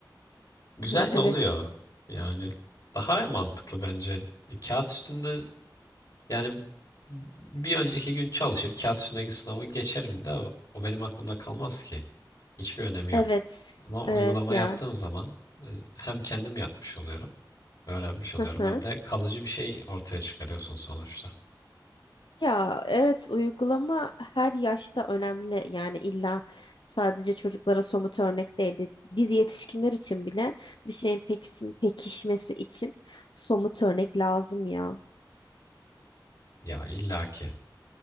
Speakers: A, on the left (about 50°); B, on the left (about 90°).
A: Güzel
B: Ha, Evet.
A: de oluyor. Yani daha mantıklı bence. E, Kağıt üstünde yani bir önceki gün çalışır kağıt üstündeki sınavı geçerim de o benim aklımda kalmaz ki. Hiçbir önemi yok.
B: Evet.
A: Ama uygulama
B: Evet ya.
A: yaptığım zaman e, hem kendim yapmış oluyorum, öğrenmiş oluyorum
B: Hı hı.
A: hem de kalıcı bir şey ortaya çıkarıyorsun sonuçta.
B: Ya evet uygulama her yaşta önemli. Yani illa sadece çocuklara somut örnek değildi. Biz yetişkinler için bile bir şeyin pekis- pekişmesi için somut örnek lazım ya.
A: Ya illaki.